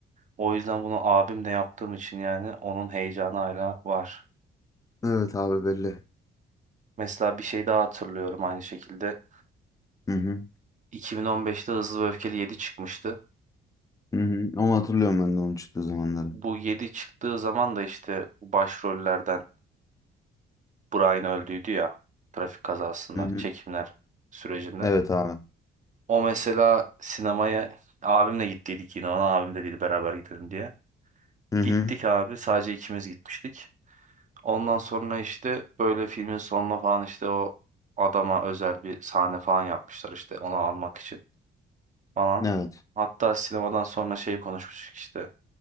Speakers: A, on the right (about 40°); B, on the left (about 15°).
A: O yüzden bunu abimle yaptığım için yani onun heyecanı hala var.
B: Evet abi belli.
A: Mesela bir şey daha hatırlıyorum aynı şekilde.
B: Hı hı.
A: 2015'te Hızlı ve Öfkeli yedi çıkmıştı.
B: Hı hı. Ama hatırlıyorum ben de onun çıktığı zamanları.
A: Bu 7 çıktığı zaman da işte bu başrollerden Brian öldüydü ya trafik kazasında
B: Hı hı.
A: çekimler sürecinde.
B: Evet abi.
A: O mesela sinemaya abimle gittiydik yine ona abim de dedi beraber gidelim diye.
B: Hı hı.
A: Gittik abi sadece ikimiz gitmiştik. Ondan sonra işte böyle filmin sonuna falan işte o adama özel bir sahne falan yapmışlar işte onu almak için. falan.
B: Evet.
A: Hatta sinemadan sonra şey konuşmuştuk işte.